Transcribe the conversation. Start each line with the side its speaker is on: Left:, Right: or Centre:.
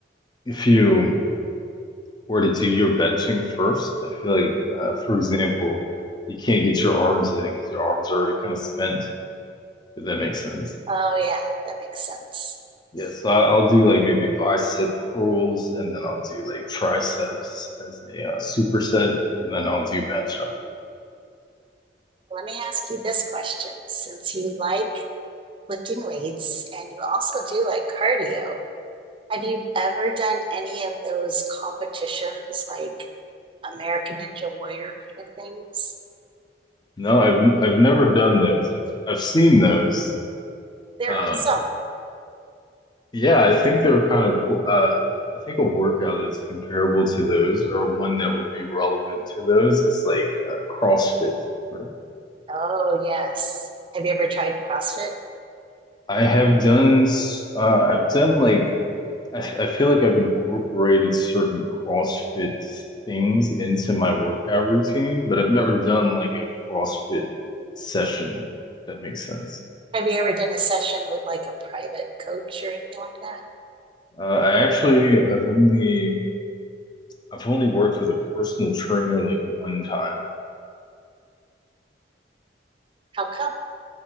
Left: if you were to do your benching first, I feel like, uh, for example, you can't get your arms in because your arms are already kind of spent, if that makes sense.
Right: Oh, yeah, that makes sense.
Left: Yeah, so I- I'll do like maybe bicep curls and then I'll do like triceps as a uh, superset and then I'll do bench after that.
Right: Let me ask you this question. Since you like lifting weights and you also do like cardio, have you ever done any of those competitions like American Ninja Warrior kind of things?
Left: No, I've I've never done those. I've I've seen those.
Right: They're
Left: Um,
Right: awesome.
Left: yeah, I think they're kind of cool. Uh, I think a workout that's comparable to those or one that would be relevant to those is like uh, CrossFit, right?
Right: Oh, yes. Have you ever tried CrossFit?
Left: I have done s- uh, I've done like I, I feel like I've incorporated certain CrossFit things into my workout routine, but I've never done like a CrossFit session, if that makes sense.
Right: Have you ever done a session with like a private coach or anything like that?
Left: Uh, I actually have only I've only worked with a personal trainer like one time.
Right: How come?